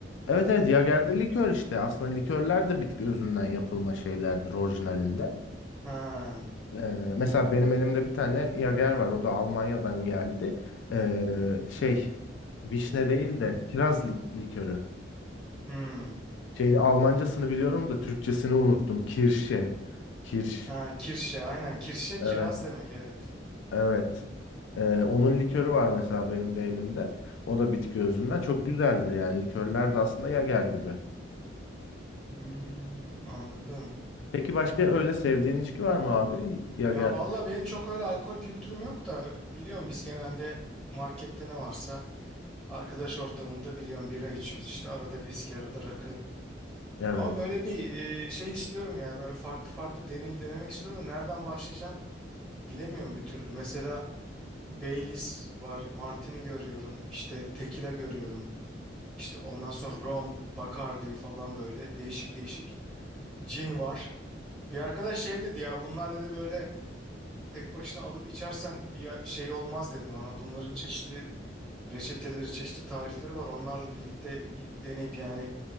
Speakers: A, on the left; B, in the centre.
A: Evet evet Jager'de likör işte. Aslında likörler de bitki özünden yapılma şeylerdir orijinalinde.
B: Ha.
A: Ee, mesela benim elimde bir tane Jager var. O da Almanya'dan geldi. Ee, şey vişne değil de kiraz li- likörü.
B: Hmm.
A: Şeyini Almancasını biliyorum da Türkçesini unuttum. Kirşe. Kirş.
B: Ha, kirşe aynen. Kirşe kiraz
A: Evet.
B: demek evet.
A: Evet. Ee, onun likörü var mesela benim de elimde. O da bitki özünden. Çok güzeldir yani. Likörler de aslında Jager gibi.
B: Hmm, anladım.
A: Peki başka öyle sevdiğin içki var mı abi? Jager.
B: Ya valla benim çok öyle alkol kültürüm yok da biliyorum biz genelde markette ne varsa arkadaş ortamında biliyorum bira içiyoruz işte arada viski arada rakı.
A: Evet.
B: Ama böyle bir e, şey istiyorum ya böyle farklı farklı deney, denemek istiyorum da nereden başlayacağım bilemiyorum bir türlü. Mesela Baileys var, Martini görüyorum, işte Tequila görüyorum. işte ondan sonra Rom, Bacardi falan böyle değişik değişik. Gin var. Bir arkadaş şey dedi ya bunlar dedi böyle tek başına alıp içersen bir ya- şey olmaz dedi bana. Bunların çeşitli reçeteleri, çeşitli tarifleri var. Onlarla birlikte deneyip yani